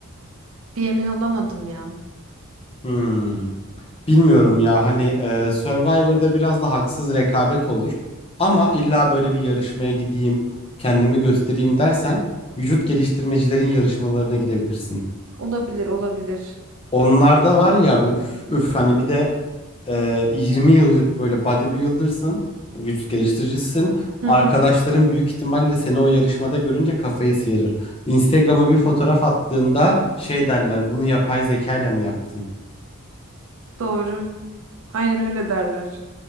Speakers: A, on the right (about 70°); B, on the left (about 25°).
A: Bir emin olamadım ya.
B: Hmm. Bilmiyorum ya hani e, Survivor'da biraz da haksız rekabet olur. Ama illa böyle bir yarışmaya gideyim, kendimi göstereyim dersen vücut geliştirmecilerin yarışmalarına gidebilirsin.
A: Olabilir, olabilir.
B: Onlarda var ya abi, üf, üf hani bir de e, 20 yıllık böyle bodybuilder'sın, vücut geliştiricisin.
A: Hı
B: Arkadaşların
A: hı.
B: büyük ihtimalle seni o yarışmada görünce kafayı sıyırır. Instagram'a bir fotoğraf attığında şey derler, bunu yapay zekayla mı yaptın?
A: Doğru. Aynen öyle derler.